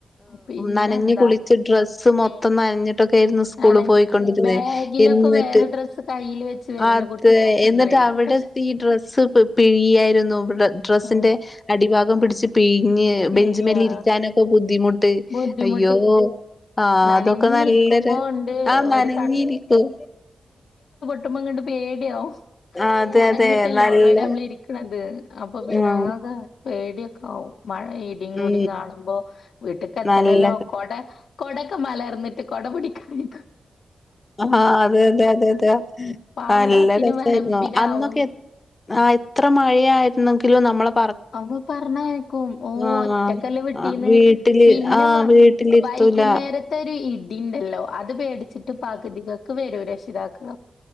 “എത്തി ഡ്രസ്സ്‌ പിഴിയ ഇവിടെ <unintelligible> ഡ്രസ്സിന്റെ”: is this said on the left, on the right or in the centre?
Left